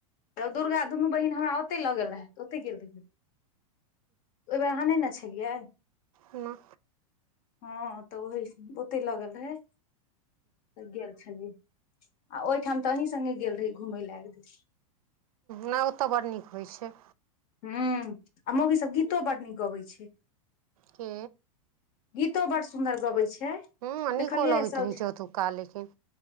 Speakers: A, on the left; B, on the right.
A: तऽ दुर्गा दुनू बहीन हमरा ओतय लगल रहय तऽ ओतय गेल रहि तऽ ओय बेर अहाँ नय ने छलियै
B: ना
A: हँ तऽ ओहि स ओतय ल गेल रहय त गेल छलियै आ ओहिठाम तऽ अही सङ्गे गेल रही घूमय ल एक दिन
B: न ओतऽ बड़ नीक होइ छै
A: ह आ मौगी सब गीतो बड नीक गबै छै
B: के
A: गीतो बड़ सुंन्दर गबै छै।
B: हँ निको
A: देखलियै
B: लगैत
A: सब
B: रहैत छै ओतुका लेकिन